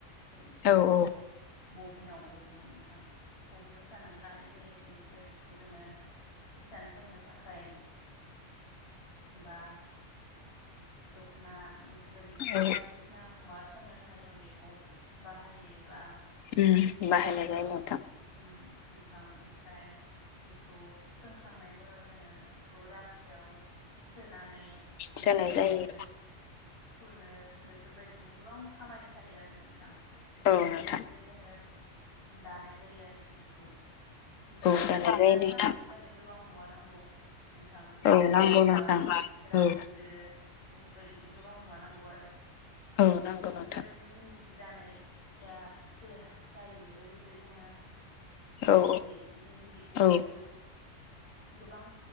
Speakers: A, on the left; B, on the left.
A: बेनिफ्राय
B: औ
A: बेखौ बबिनाव बबिनाव नोंथां बबिनाव सानानै लानाय जायो बेनिफ्राय बेखौ जोङो इसान सोंनो थाखाय बा दख'ना बेफोरबायदि
B: औ
A: बायदिसिना मुवा सोंनो थाखाय जों बेखौ बाहायो बा
B: उम बाहायनाय जायो नोंथां
A: उम नोंथां ओमफ्राय बेखौ सोंखांनायनि उनाव जोङो बेखौ रासो आव सोनानै
B: जानाय
A: नो खनो
B: जायो
A: थुनो बेफोरबायदि <unintelligible> गोबां खामानि थायो आरो नोंथां
B: औ नोंथां
A: बेनिफ्राय जोङो दानाय जायो आरो जिखौ जि थान
B: औ दानाय
A: जि
B: जायो
A: दानो
B: नोंथां
A: थाखाय जानो गोबां मुवा नांगौ नोंथां जेरै
B: औ नांगौ
A: तातखाल
B: नोंथां
A: रासो
B: औ
A: बेफोरबायदिनो गोब बां मुवा नांगौ आरो
B: औ नांगौ
A: बेफोरबायदिनो
B: नोंथां
A: जोंनि जि दाना या सो जायो लोगोसे जोङो इन्दि
B: औ
A: जि इन्दि जिखौबो
B: औ औ
A: जोङो गोबां